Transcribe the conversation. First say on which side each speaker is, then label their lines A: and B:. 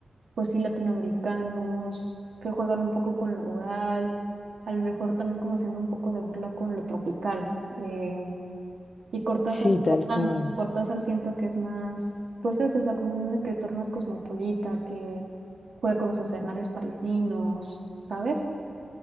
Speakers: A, on the right; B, on the left.
A: pues sí, latinoamericanos, que juegan un poco con lo rural, a lo mejor también como haciendo un poco de burla con lo tropical. eh, y Cortázar,
B: Sí, tal cual.
A: Cortázar siento que es más, pues eso, o sea, como un escritor más cosmopolita que juega con los escenarios parisinos, ¿sabes?